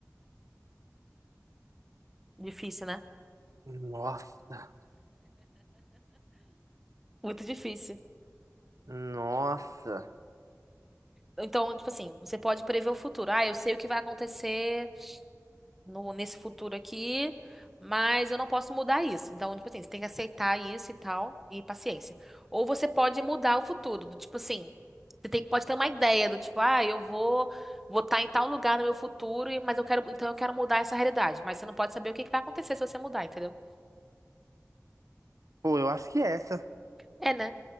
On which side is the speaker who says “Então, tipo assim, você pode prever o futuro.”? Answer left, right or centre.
Centre